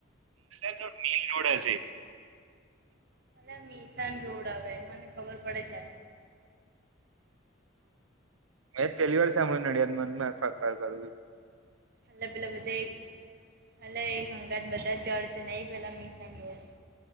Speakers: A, on the right (about 85°); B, on the right (about 50°).
A: રડ મેન રોડ હશે.
B: અ મિશાન રોડ આવે મને ખબર પડે છે.
A: મે પલી વર્ષ નડિયાદ મ ફાર ફાર ચાલ.
B: અ પેલા બધા અ એક અંગાત બધા ચર્ છે ન પેલા મિશન રોડ.